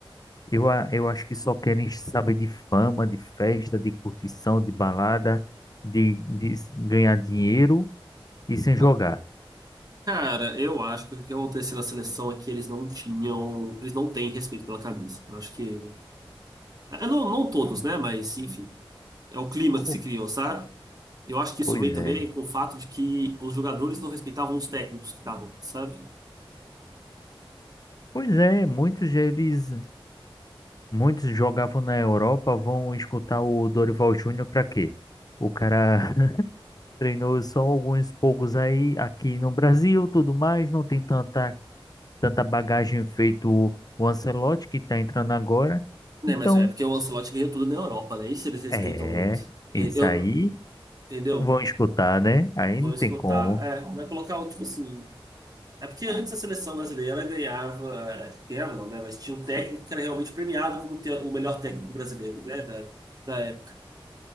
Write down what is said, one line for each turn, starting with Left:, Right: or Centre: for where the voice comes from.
Left: eu, a- eu acho que só querem saber de fama, de festa, de curtição, de balada, de, de s- ganhar dinheiro e sem jogar.
Right: Ah, Cara, eu acho que o que aconteceu na seleção é que eles não tinham, eles não têm respeito pela camisa. Eu acho que, é, não, não todos, né? Mas enfim, é o clima que
Left: Pô,
Right: se criou, sabe? Eu acho que isso
Left: Pois
Right: veio também
Left: é.
Right: com o fato de que os jogadores não respeitavam os técnicos que estavam, sabe?
Left: Pois é, muitos deles, muitos jogavam na Europa, vão escutar o Dorival Júnior pra quê? O cara <laughs> treinou só alguns poucos aí aqui no Brasil, tudo mais, não tem tanta tanta bagagem feito o o Ancelotti que está entrando agora.
Right: Né,
Left: Então,
Right: mas é porque o Ancelotti ganhou tudo na Europa, né? Isso eles respeitam
Left: é,
Right: muito. E-
Left: isso
Right: Eu,
Left: aí
Right: entendeu?
Left: vão escutar, né? Aí
Right: Vou
Left: não
Right: escutar.
Left: tem como.
Right: É, vai colocar o tipo assim. É porque antes a seleção brasileira ganhava, é, ganhava não, né? Mas tinha um técnico que era realmente premiado como te- o melhor técnico brasileiro, né? Da, da época.